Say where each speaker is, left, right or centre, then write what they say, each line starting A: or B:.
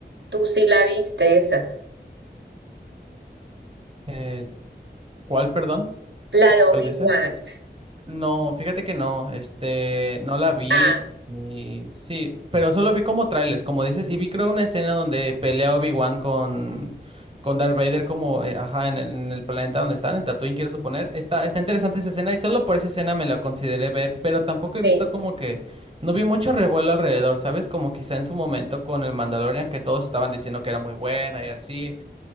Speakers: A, on the right; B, on the right.
A: Tú sí la viste esa,
B: Eh, ¿cuál, perdón?
A: la de
B: ¿Cuál
A: Obi-Wan.
B: dices? No, fíjate que no, este, no la vi
A: Ah,
B: y sí, pero solo vi como trailers, como dices, y vi creo una escena donde pelea Obi-Wan con, con Darth Vader como, eh, ajá, en el, en el planeta donde están, en Tatooine quiero suponer. Está, está interesante esa escena y solo por esa escena me la consideré ver, pero tampoco he
A: sí.
B: visto como que, no vi mucho revuelo alrededor, ¿sabes? Como quizá en su momento con el Mandalorian que todos estaban diciendo que era muy buena y así.